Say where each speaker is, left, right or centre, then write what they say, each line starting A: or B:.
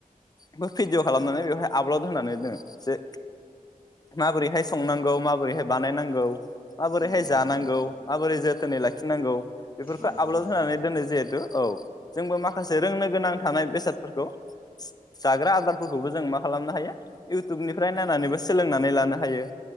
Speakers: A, on the left; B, on the left.
A: बो भिडिअ खालामनानै बेवहाय आपलड होनानै दङो जे माबोरैहाय संनांगौ माबोरैहाय बानायनांगौ माबोरैहाय
B: नंगौ
A: जानांगौ
B: नोंथां
A: माबोरै जोथोनै लाख थिननांगौ बेफोरखौ
B: नंगौ
A: आपलड
B: नोंथां
A: होनानै दोनो जिहेथु औ जोंबो माखासे रोंनो गोनां थानाय बेसादफोरखौ जाग्रा आदारफोरखौबो जों मा खालामनो हायो इउटुबनिफ्राय नायनानैबो सोलोंनानै लानो हायो।